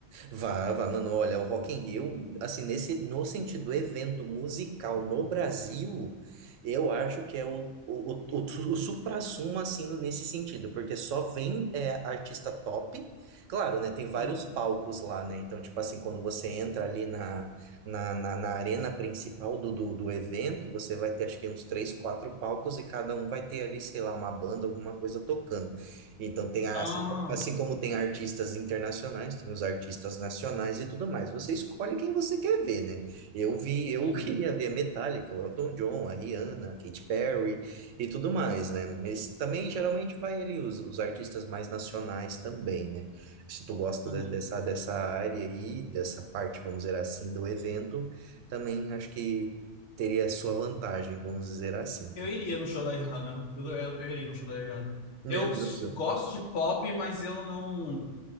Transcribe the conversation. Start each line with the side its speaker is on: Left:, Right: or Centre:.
Right: Vá, vá, mano, olha, o Rock in Rio, assim, nesse, no sentido evento musical no Brasil, eu acho que é o, o, o, o, o suprassumo, assim, no- nesse sentido, porque só vem é, artista top, claro, né, tem vários
Left: Uhum.
Right: palcos lá, né, então, tipo assim, quando você entra ali na, na, na, na arena principal do, do, do evento, você vai ter, acho que uns três, quatro palcos e cada um vai ter ali, sei lá, uma banda, alguma coisa tocando. Então, tem a
Left: Ah,
Right: Assim como tem artistas internacionais, tem os artistas nacionais e tudo mais. Você escolhe quem você quer ver, né? Eu vi, eu
Left: uhum,
Right: <laughs> queria ver a Metallica, o Elton John, a Rihanna, a Katy Perry e tudo mais, né? Mas também geralmente vai ali os, os artistas mais nacionais também, né? Se tu gosta
Left: uhum.
Right: de- dessa, dessa área aí, dessa parte, vamos dizer assim, do evento, também acho que teria sua vantagem, vamos dizer assim.
Left: Eu iria no show da Rihanna. Eu, eu- eu iria no show da Rihanna.
Right: Meu
Left: Eu s-
Right: Deus,
Left: gosto de pop, mas eu não.